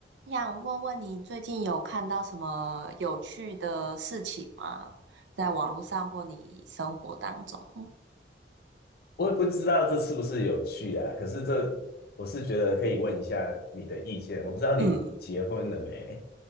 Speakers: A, on the right (about 80°); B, on the left (about 60°).
A: 想问问你最近有看到什么有趣的事情吗？在网络上或你生活当中？
B: 我也不知道这是不是有趣啊，可是这我是觉得可以问一下你的意见。我不知道你结婚了没？
A: 嗯，